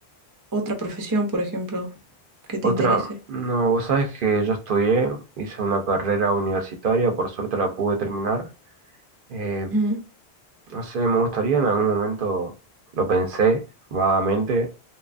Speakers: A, on the right (about 35°); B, on the right (about 60°).
A: otra profesión, por ejemplo, que te
B: Otra,
A: interese?
B: no, vos sabés que yo estudié, hice una carrera universitaria, por suerte la pude terminar. Eh,
A: Ujú.
B: no sé, me gustaría en algún momento, lo pensé vagamente,